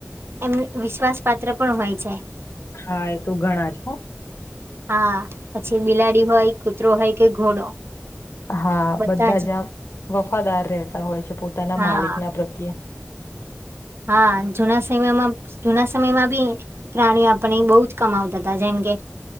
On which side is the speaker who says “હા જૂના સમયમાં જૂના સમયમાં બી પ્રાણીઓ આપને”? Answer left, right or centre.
Right